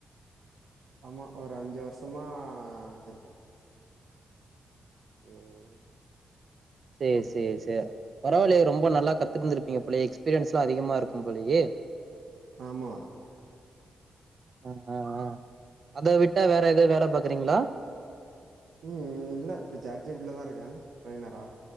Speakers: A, on the right (about 85°); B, on the right (about 45°).
A: ஆமா ஒரு அஞ்சு வருஷமா இருக்கோம்
B: ம் சேரி சேரி பே பரவாயில்லயே ரொம்ப நல்லா கத்துட்டுந்திருப்பீங்க போலையே எக்ஸ்பீரியன்ஸ் எல்லாம் அதிகமா இருக்கும் போலையே
A: ஆமா
B: ஆ ஆ ஆ அத விட்டா வேற எதாவது வேலை பாக்குறீங்களா
A: ம் இல்ல இப்ப சாட் ஜி பி டி ல தான் இருக்கேன் ட்ரெய்னர்ரா